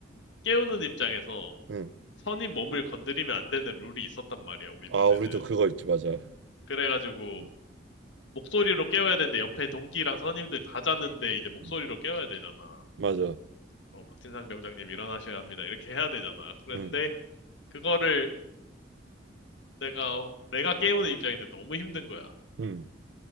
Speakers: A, on the left; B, on the right.
A: 깨우는 입장에서
B: 음.
A: 선임 몸을 건드리면 안 되는 룰이 있었단 말이야 우리
B: 아,
A: 부대는
B: 우리도 그거 있지, 맞아.
A: 그래가지고
B: 음,
A: 목소리로 깨워야 되는데 옆에 동기랑 선임들 다 자는데 이제 목소리로
B: 음.
A: 깨워야 되잖아
B: 맞아.
A: 어, 박진상 병장님 일어나셔야 합니다 이렇게 해야 되잖아 그런데
B: 음,
A: 그거를 내가 내가 깨우는 입장인데 너무 힘든 거야
B: 음,